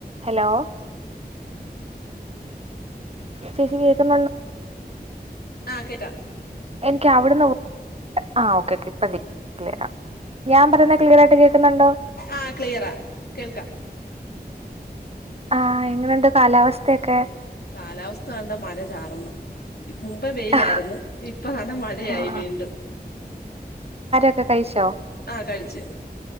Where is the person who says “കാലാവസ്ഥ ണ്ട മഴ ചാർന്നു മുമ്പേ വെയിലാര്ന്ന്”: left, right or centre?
Left